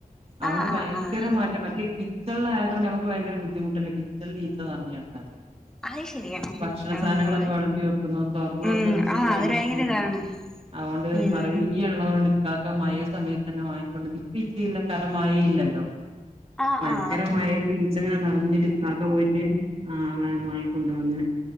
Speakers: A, on the right; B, in the centre.
A: അതുകൊണ്ട്
B: ആഹ്
A: ഭയങ്കര
B: ആഹ് ആഹ്
A: മാറ്റം മറ്റെ ചൊല്ലായത്കൊണ്ട് നമ്മുക്ക് ഭയങ്കര ബുദ്ധിമുട്ടല്ലേ കിച്ചണിൽ ഈച്ച പറന്ന് നടന്നാൽ
B: അത് ശരിയാണ്
A: ഭക്ഷണ
B: നമ്മള്
A: സാധനങ്ങളൊക്കെ വിളമ്പി വെക്കുന്നതും തുറന്ന്
B: ഉം
A: വെക്കൊക്കെ ചെയ്യുമ്പോ
B: ആഹ് അതൊരു
A: അതിലൊക്കെ
B: ഭയങ്കര
A: കേറി
B: ഇതാണ്
A: ഇരിക്കും അതുകൊണ്ട്
B: ഉം
A: നറയെ ഉള്ളതൊണ്ട് കാക്ക മഴ സമയത്ത് തന്നെ വാങ്ങിക്കൊണ്ട ഇപ്പ ഇച്ച ഇല്ല കാരണം മഴയില്ലല്ലോ
B: ആ ആ
A: ഭങ്കരമാഴയത്ത് ഈച്ചങ്ങനെ നിറഞ്ഞിട്ട് കാക്ക പോയിട്ട് വാങ്ങാന് വാങ്ങി കൊണ്ടുവന്ന്